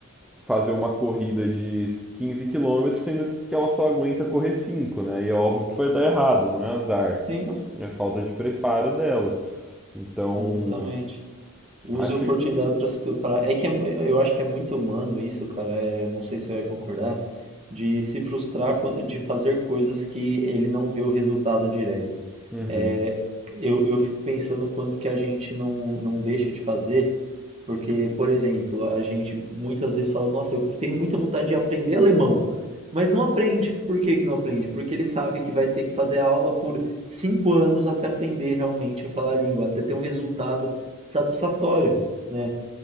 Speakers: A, in the centre; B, on the right (about 30°).
A: fazer uma corrida de 15 quilômetros sendo que ela só aguenta correr 5, né? E é óbvio que vai dar errado, não é azar,
B: Sim,
A: é falta de preparo dela. Então,
B: Exatamente. Use
A: acho
B: oportunidades
A: que
B: para se preparar. É que é mu- eu acho que é muito humano isso, cara. é, não sei se você vai concordar, de se frustrar, quan- de fazer coisas que ele não vê o resultado direto.
A: uhum,
B: É, eu, eu fico pensando quanto que a gente não, não deixa de fazer Porque, por exemplo, a gente muitas vezes fala, nossa, eu tenho muita vontade de aprender alemão, mas não aprende. Por que que não aprende? Porque ele sabe que vai ter que fazer aula por cinco anos até aprender realmente a falar a língua, até ter um resultado satisfatório, né?